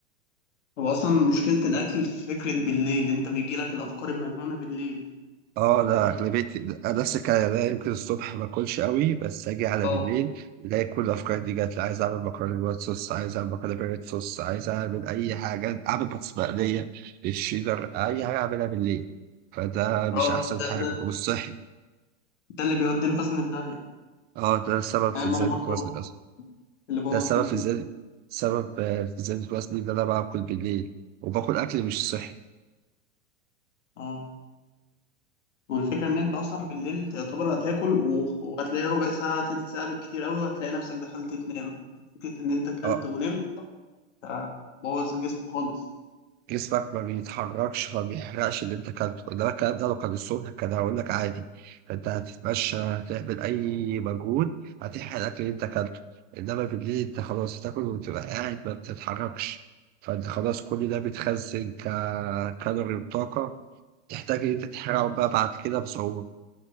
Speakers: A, on the left (about 75°); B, on the right (about 25°).
A: هو اصلا مشكله الاكل في فكره بالليل انت بيجي لك الافكار المجنونه بالليل
B: اه ده
A: هي
B: اغلبيتي ده ده السكاية ده يمكن الصبح ما اكلش قوي بس اجي على
A: اه
B: بالليل الاقي كل الافكار دي جات لي عايز اعمل مكرونه بالوايت صوص عايز اعمل مكرونه بالريد صوص عايز اعمل اي حاجه اعمل بطاطس مقليه الشيدر اي حاجه اعملها بالليل فده مش
A: اه
B: احسن
A: ده,
B: حاجه
A: ده,
B: مش صحي
A: ده اللي بيودي الوزن في داهيه
B: اه ده سبب في
A: آه، ما
B: زياده
A: انا
B: وزني
A: برضه
B: اصلا
A: اللي بوظ
B: ده سبب
A: جسمي
B: في زياده سبب آه، في زياده وزني ان انا باكل بالليل وباكل اكل مش صحي
A: اه والفكرة إن أنت أصلا بالليل تعتبر هتاكل و- وهتلاقي ربع ساعة تلت ساعة بالكتير أوي وهتلاقي نفسك دخلت تنام فكرة إن أنت أكلت
B: اه
A: ونمت آه، بوظ الجسم خالص
B: جسمك ما بيتحركش فما بيحرقش اللي انت كلته انما الكلام ده لو كان الصبح كان هقول لك عادي انت هتتمشى هتعمل اي مجهود هتحرق الاكل اللي انت كلته انما بالليل انت خلاص تاكل وتبقى قاعد ما بتتحركش فانت خلاص كل ده بيتخزن ككالوري وطاقة تحتاج ان انت تحرقه بقى بعد كده بصعوبة